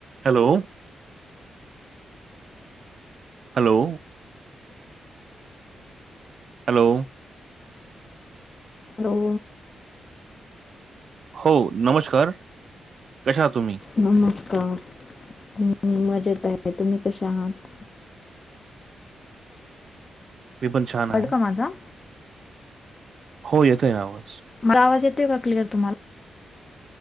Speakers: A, on the right (about 55°); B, on the left (about 35°).
A: Hello. Hello. Hello.
B: Hello.
A: हो नमस्कार, कशा आहा तुम्ही?
B: नमस्कार, मी मजेत आहे, तुम्ही कशे आहात?
A: मी पण छान
B: <unintelligible>
A: आहे.
B: का माझा.
A: हो येतंय आवाज.
B: मला आवाज येतय का क्लियर तुम्हाला?